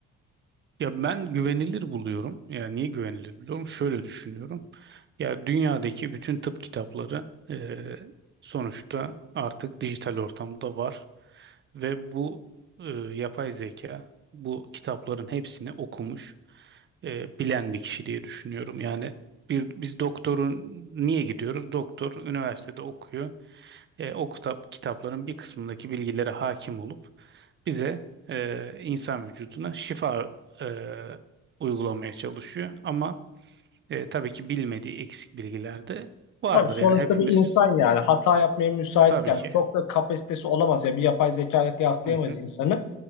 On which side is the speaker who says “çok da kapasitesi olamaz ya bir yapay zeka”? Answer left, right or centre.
Left